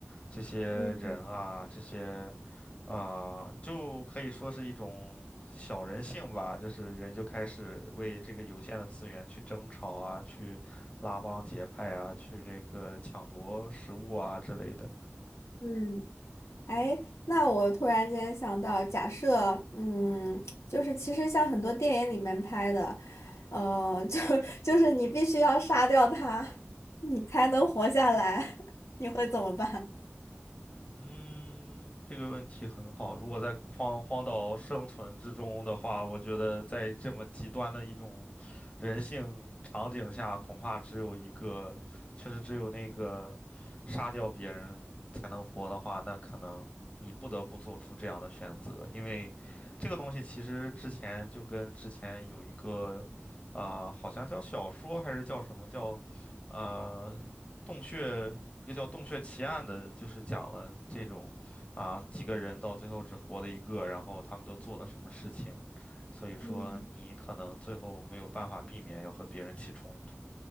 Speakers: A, on the left; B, on the left.
A: 这些人啊，
B: 嗯
A: 这些啊、就可以说是一种小人性吧，就是人就开始为这个有限的资源去争吵啊，去拉帮结派啊，去这个抢夺食物啊之类的。
B: 嗯，哎，那我突然间想到，假设，嗯，就是其实像很多电影里面拍的，呃，就 <laughs> 就是你必须要杀掉他，你才能活下来，<laughs> 你会怎么办？
A: 嗯，这个问题很好。如果在荒荒岛生存之中的话，我觉得在这么极端的一种人性场景下，恐怕只有一个，确实只有那个杀掉别人才能活的话，那可能你不得不做出这样的选择，因为这个东西其实之前就跟之前有一个，啊，好像叫小说还是叫什么叫，啊洞穴。一个叫《洞穴奇案》的，就是讲了这种啊几个人到最后只活了一个，然后他们都做了什么事情，所以说你可能最后没有办法避免要和别人起冲突。
B: 嗯